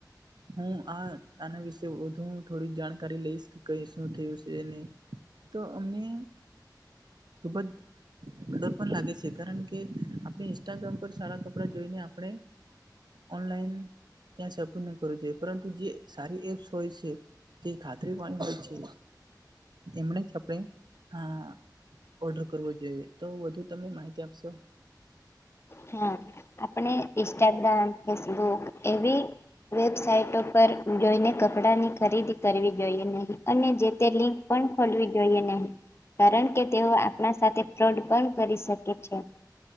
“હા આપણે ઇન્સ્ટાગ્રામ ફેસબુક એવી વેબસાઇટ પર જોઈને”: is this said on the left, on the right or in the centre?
Left